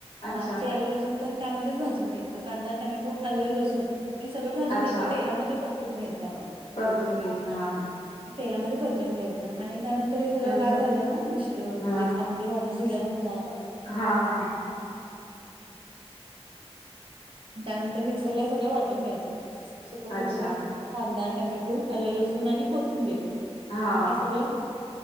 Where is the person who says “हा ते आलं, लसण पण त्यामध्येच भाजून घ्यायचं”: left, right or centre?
Right